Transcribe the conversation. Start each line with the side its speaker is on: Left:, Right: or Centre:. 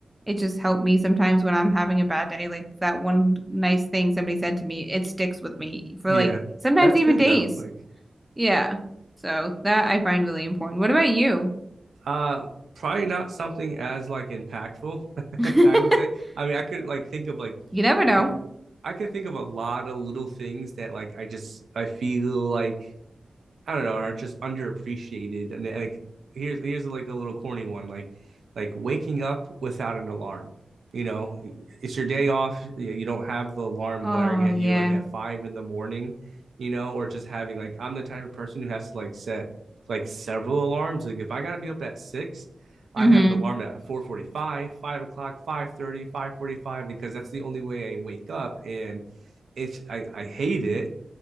Centre: it just helped me sometimes when I'm having a bad day. Like that one nice thing somebody said to me, it sticks with me for
Right: yeah,
Centre: like sometimes
Right: that's
Centre: even
Right: good
Centre: days.
Right: though. Like,
Centre: Yeah. So that I find really important. What about you?
Right: uh, probably not something as like impactful. <laughs>
Centre: <laughs>
Right: I would say. I mean, I could like think of like
Centre: You never know.
Right: like I can think of a lot of little things that like I just I feel like I don't know, are just underappreciated. And like here's here's like a little corny one, like like waking up without an alarm. You know, it's your day off. You don't have the alarm
Centre: Oh
Right: blaring at
Centre: yeah.
Right: you like at five in the morning, you know, or just having like I'm the type of person who has to like set like several alarms. Like if I gotta be up at six, I
Centre: hmm
Right: have an alarm at 4:45, 5 o'clock, five thirty, five forty five, because that's the only way I wake up and it's I, I hate it